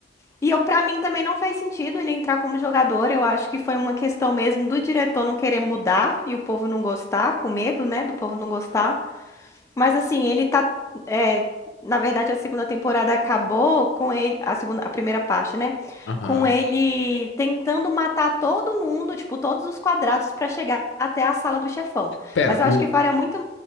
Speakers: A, on the left (about 15°); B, on the left (about 80°).
A: E eu, para mim também não faz sentido ele entrar como jogador, eu acho que foi uma questão mesmo do diretor não querer mudar e o povo não gostar, com medo, né, do povo não gostar. Mas assim, ele tá. é, na verdade, a segunda temporada acabou com ele. A segunda, a primeira parte, né?
B: Aham.
A: Com ele tentando matar todo mundo, tipo, todos os quadrados, pra chegar até a sala do chefão.
B: Pera,
A: Mas eu
B: o,
A: acho que faria muito